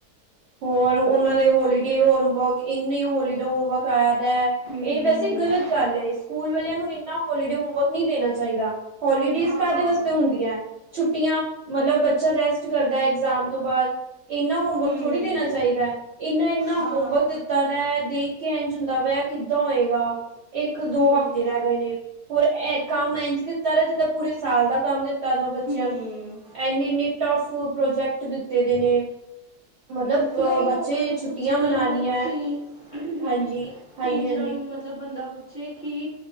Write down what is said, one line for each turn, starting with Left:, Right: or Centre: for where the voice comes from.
Right: ਹੋਰ ਔਨਾਂ ਦ ਡੇ ਹੋਮਵਰਕ ਇੰਨੇ ਹੋਲੀਡੇ ਹੋਮਵਰਕ ਆਯੈ ਦੈ,
Left: ਹੂੰ ਹੂੰ
Right: ਏ ਵੈਸੇ ਗਲਤ ਗੱਲ ਐ ਸਕੂਲ ਵਾਲਿਆਂ ਨੂੰ ਇੰਨਾ ਹੋਲੀਡੇ ਹੋਮਵਰਕ ਨੀ ਦੇਣਾ ਚਾਈਦਾ। ਹੋਲੀਡੇਸ
Left: ਹਾਂ
Right: ਕਾਦੇ ਵਾਸਤੇ ਹੁੰਦੀਐਂ ਛੁੱਟੀਆਂ ਮਤਲਬ ਬੱਚਾ ਰੈਸਟ ਕਰਦੈ ਇਗਜ਼ਾਮ ਤੋਂ ਬਾਦ। ਇੰਨਾ ਹੋਮਵਰਕ
Left: ਹੂੰ
Right: ਥੋੜ੍ਹੀ ਦੇਣਾ ਚਾਹੀਦੈ, ਇੰਨਾ-ਇੰਨਾ ਹੋਮਵਰਕ
Left: ਹਾਂ
Right: ਦਿੱਤੈ ਦੈ ਦੇਖ ਕੇ ਐੰਝ ਹੁੰਦਾ ਪਯੈ ਕਿ ਦਾ ਹੋਏਗਾ ਇੱਕ ਦੋ
Left: ਹੂੰ
Right: ਹਫ਼ਤੇ ਰੈ ਗਏ ਨੇ ਹੋਰ ਐ ਕੰਮ ਐੰਝ ਦਿੱਤਾ ਰੈ, ਜਿੱਦਾਂ ਪੂਰੇ ਸਾਲ ਦਾ ਕੰਮ ਦਿੱਤਾ ਦਾ ਬੱਚਿਆਂ
Left: ਹੂੰ
Right: ਨੂੰ ਐਨੀ ਐਨੀ ਟਫ ਪ੍ਰੋਜੈਕਟ ਦਿੱਤੇ ਦੇ ਨੇ। ਮਤਲਬ
Left: ਨਹੀਂ
Right: ਅ ਬੱਚੇ
Left: ਔਨਾਂ ਨੂੰ
Right: ਛੁੱਟੀਆਂ
Left: ਪੁੱਛੇ
Right: ਮਨਾਣੀਆਂ
Left: ਮਤਲਬ ਤੁਸੀਂ
Right: ਹੈ।
Left: ਹੂੰ
Right: ਹਾਂਜੀ, ਹਾਂਜੀ,
Left: ਟੀਚਰਾਂ
Right: ਹਾਂਜੀ।
Left: ਨੂੰ ਮਤਲਬ ਬੰਦਾ ਪੁੱਛੇ ਕਿ